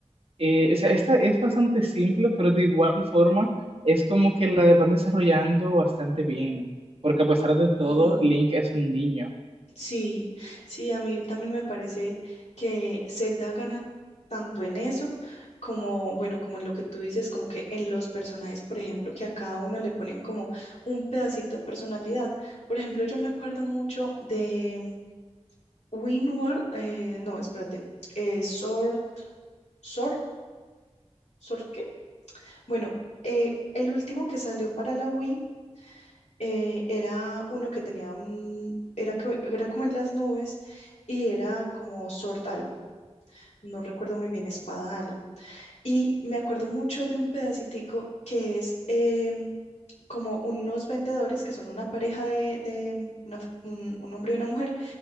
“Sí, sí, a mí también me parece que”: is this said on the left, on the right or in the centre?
Left